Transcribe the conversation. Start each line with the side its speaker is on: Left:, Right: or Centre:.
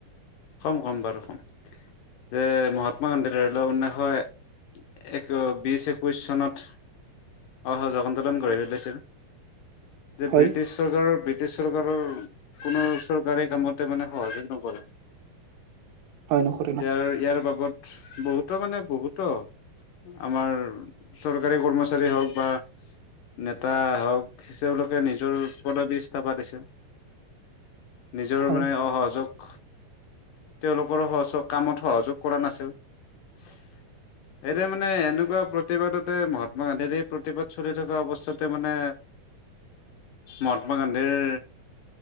Left: কম ক'ম বাৰু কম যে মহাত্মা গান্ধী ধৰি লওক ঊনৈছশ এক বিশ একৈশ চনত অহযোগ আন্দোলন গঢ়ি তুলিছিল। যে
Right: হয়
Left: ব্ৰিটিছ চৰকাৰৰ ব্ৰিটিছ- চৰকাৰৰ কোনো- চৰকাৰে কামতে মানে- হয় <unintelligible>
Right: হয় নকৰে ন
Left: ইয়াৰ ইয়াৰ বাবদ, বহুতো মানে বহুতো, আমাৰ চৰকাৰী কৰ্মচাৰী হওক বা নেতা হওক, তেওঁলোকে নিজৰ পদবী ইস্তা পাতিছে। নিজৰ
Right: হয়
Left: মানে অসহযোগ, তেওঁলোকৰ সচ কামত সহযোগ কৰা নাছিল । এতে মানে এনেকুৱা প্ৰতিবাদতে মহাত্মা গান্ধীৰ এই প্ৰতিবাদ চলি থকা অৱস্থাতে মানে মহাত্মা গান্ধীৰ